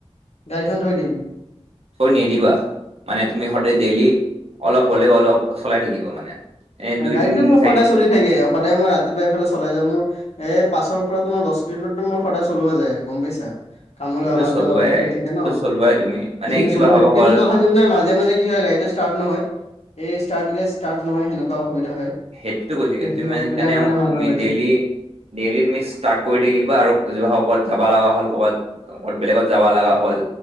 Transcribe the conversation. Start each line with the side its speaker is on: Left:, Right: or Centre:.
Left: গাড়ীখন থৈ দিম।
Right: থৈ নিদিবা মানে তুমি সদায় ডেইলি অলপ হ'লেও অলপ চলাই থাকিব মানে এনে দুই
Left: গাড়ীটো
Right: তিনিদিন
Left: মোৰ
Right: চাৰিদিন
Left: সদায় চলি থাকে সদায় মই ৰাতিপুৱাই এইফালে চলাই যাওঁ মোৰ এই পাঁচৰ পৰা তোমাৰ দহ কিলোমিটাৰ মোৰ সদায় চলোৱা যায় গম পাইছা কামলে
Right: সেইটোতো
Left: অহা
Right: চলোৱাই
Left: যোৱা হৈ থাকে
Right: সেইটোতো
Left: ন
Right: চলোৱাই তুমি মানে
Left: সেইখিনি
Right: কিবা
Left: চলি
Right: হ'ব
Left: থাকে
Right: হ'ল
Left: কিন্তু তথাপি মানে মাজে মাজে কি হয় গাড়ীটো ষ্টাৰ্ট নহয় এই ষ্টাৰ্ট দিলে ষ্টাৰ্ট নহয় সেনেকুৱা অসুবিধা হয়
Right: সেইটো কৈছো কিন্তু
Left: সেই
Right: তুমি মানে
Left: অসুবিধাৰ
Right: সেইকাৰণে
Left: কাৰণে ভাল
Right: তুমি
Left: নালাগে
Right: ডেইলি ডেইলি তুমি ষ্টাৰ্ট কৰি থাকিবা আৰু যোৱা হল যাব লগা হ'ল কৰ'বাত বেলেগত যাবা লগা হ'ল